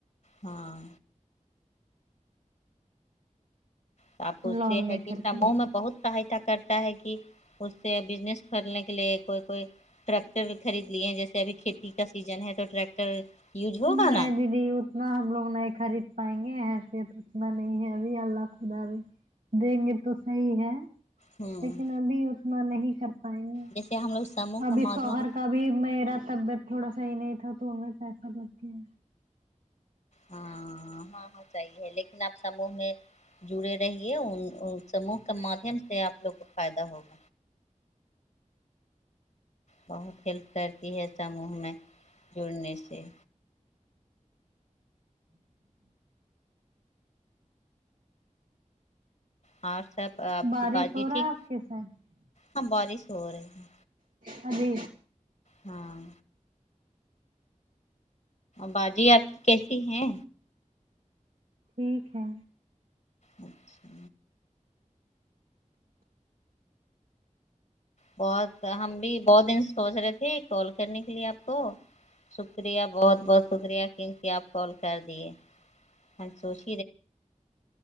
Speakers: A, on the left; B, on the right.
A: ہاں تو آپ پوچھتے
B: لون لے
A: ہیں کہ
B: کر
A: سموہ
B: کے نا
A: میں بہت سہایتا کرتا ہے کہ اس سے بزنس کرنے کے لیے کوئی کوئی ٹریکٹر خرید لیے ہیں جیسے ابھی کھیتی کا سیزن ہے تو ٹریکٹر یوج ہوگا
B: نہیں
A: نا
B: دیدی اتنا ہم لوگ نہیں خرید پائیں گے حیثیت اتنا نہیں ہے ابھی اللہ خدا بھی دیں گے تو صحیح ہے
A: ہوں
B: لیکن ابھی اتنا نہیں کر پائیں گے
A: جیسے ہم لوگ سموہ
B: ابھی
A: کے مادھیم
B: شوہر کا بھی ابھی میرا طبیعت تھوڑا صحیح نہیں تھا تو ان میں پیسہ بڑ گیا
A: ہاں ہاں ہاں صحیح ہے لیکن آپ سمو میں جڑے رہیے ان سمو کے مادھیم سےآپ لوگ کو فائدہ ہوگا بہت ہیلپ کرتی ہے سموہ میں جڑنے سے ہاں سب آپ
B: بارش
A: کی باتی
B: ہو رہا
A: ٹھیک
B: ہے آپ کے ساتھ
A: ہاں بارش ہو رہی ہے
B: ہاں جی
A: ہاں باجی آپ کی کیسی ہے
B: ٹھیک ہے
A: اچھا بہت ہم بھی بہت دن سوچ رہے تھے کال کرنے کے لیے آپ کو شکریہ بہت بہت شکریہ کیوں کہ آپ کال کر دیے هم سونچ